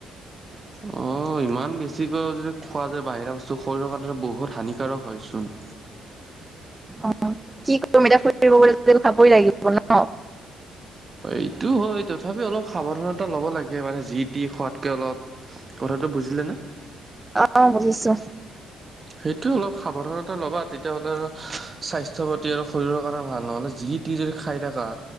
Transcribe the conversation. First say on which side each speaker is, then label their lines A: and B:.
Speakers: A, on the right; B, on the right.
A: <inaudible> অঁ, ইমান বেছিকৈ যদি খোৱা যায় বাহিৰা বস্তু শৰীৰৰ কাৰণে বহুত হানিকাৰক হয় চোন?
B: অঁ, কি কৰিম এতিয়া ফুৰিব গ'লেটো যেনো খাবই লাগিব ন'?
A: এইটো হয়। তথাপিও অলপ সাৱধানতা ল'ব লাগে মানে যি-টি খোৱাত্‌কে অলপ। কথাটো বুজিলে নে?
B: অঁ, অঁ বুজিছোঁ?
A: সেইটো অলপ সাৱধানতা ল'বা। তেতিয়াহ'লে আৰু স্বাস্থ্য-পাতি আৰু শৰীৰৰ কাৰণে ভাল। নহ'লে যি- টি যদি খাই থকা,